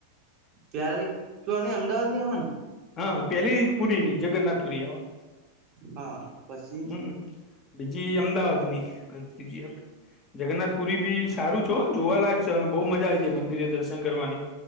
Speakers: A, on the right (about 35°); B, on the left (about 30°).
A: ત્યારે ક ન અમદાવાદ ની આવવાનું
B: હા પેલી પુરી ની જગન્નાથ પુરી આવા
A: હા પછી
B: હમ બીજી અમદાવાદ ની ત્રીજી આપડી જગન્નાથ પુરી બી સારું છો જોવાલાયક છે અને બહુ મજા આવી જાય મંદિરે દર્શન કરવાની